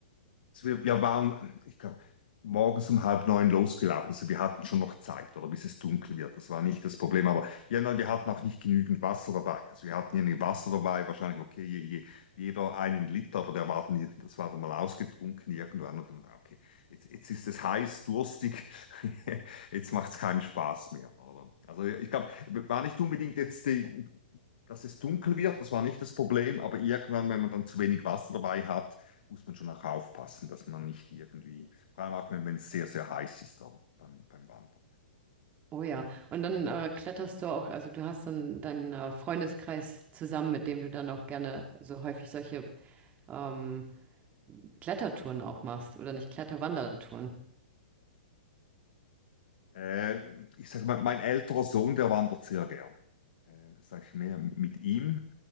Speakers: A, on the left; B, on the right.
A: Also wir, wir waren, ich glaube, morgens um halb neun losgelaufen. Also wir hatten schon noch Zeit, oder bis es dunkel wird. Das war nicht das Problem. Aber ja, nein, wir hatten auch nicht genügend Wasser dabei. Also wir hatten irgendwie Wasser dabei, wahrscheinlich, okay, je, je, jeder einen Liter, aber der war dann, das war dann mal ausgetrunken irgendwann. Und dann, okay, jetzt, jetzt ist es heiß, durstig, <laughs> jetzt macht es keinen Spaß mehr, oder? Also ich glaube, war nicht unbedingt jetzt die, dass es dunkel wird, das war nicht das Problem, aber irgendwann, wenn man dann zu wenig Wasser dabei hat, muss man schon auch aufpassen, dass man nicht irgendwie, vor allem auch wenn wenn es sehr, sehr heiß ist aber beim, beim Wandern.
B: Oh ja, und dann äh, kletterst du auch, also du hast so einen, deinen äh, Freundeskreis zusammen, mit dem du dann auch gerne so häufig solche ähm, Klettertouren auch machst oder nicht Kletterwandertouren.
A: Äh, ich sage mal, mein älterer Sohn, der wandert sehr gerne. Äh, sage ich mehr mit ihm.